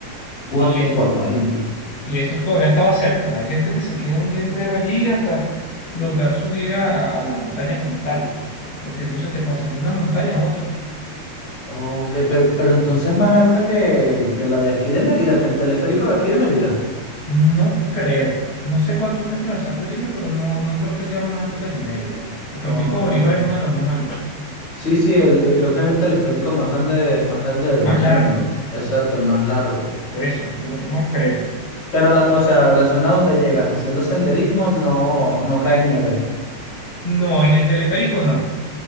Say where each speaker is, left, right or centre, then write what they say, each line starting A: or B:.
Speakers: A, on the left (about 35°); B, on the left (about 20°).
A: cuatro,
B: y es,
A: cuatro, ay Dios.
B: Y eso todavía estaba cerca. Hay gente que se queda un día entero allí hasta lograr subir a, a- a la montaña como tal, porque entonces te pasas de una montaña a otra.
A: Ok, pero, pero entonces es más alta que, que la de aquí de Mérida, que el teleférico de aquí de Mérida.
B: No creo, no sé cuántos metros exactos tiene, pero no, no creo que sea más alto que el de Mérida, porque
A: Ok.
B: el Pico Bolívar es uno de los más altos,
A: Sí, sí, el, eh, creo que es el teleférico más grande, más grande del
B: más
A: mundo.
B: largo,
A: Exacto, el más largo.
B: por eso, no no creo.
A: Pero la, o sea, la zona donde llegas haciendo senderismo no, no cae nieve.
B: No, en el teleférico no.